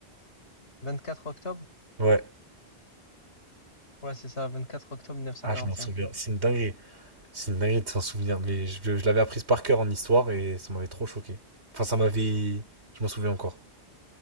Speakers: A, on the left; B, on the right.
A: quatre octobre?
B: Ouais.
A: Ouais, c'est ça, Vingt-quatre octobre 1945.
B: Ah, je m'en souviens. C'est une dinguerie. C'est une dinguerie de s'en souvenir. Mais je, je l'avais apprise par cœur en histoire et ça m'avait trop choqué. Enfin, ça m'avait. Je m'en souviens encore.